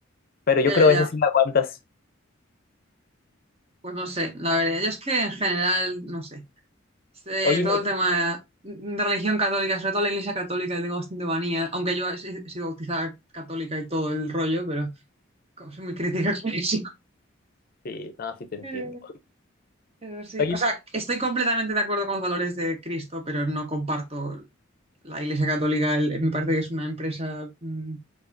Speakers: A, on the left; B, on the right.
A: pero yo
B: ya,
A: creo
B: ya, ya.
A: esa sí la aguantas.
B: Pues no sé, la verdad, yo es que en general, no sé, este,
A: Oye,
B: todo
A: me-
B: el tema de religión católica, sobre todo la iglesia católica, le tengo bastante manía, aunque yo he, si, he sido bautizada católica y todo el rollo, pero como soy muy crítica con eso.
A: sí, no, sí te entiendo.
B: Pero, pero sí,
A: Oye,
B: o sea, estoy completamente de acuerdo con los valores de Cristo, pero no comparto la iglesia católica, el- me parece que es una empresa, mm,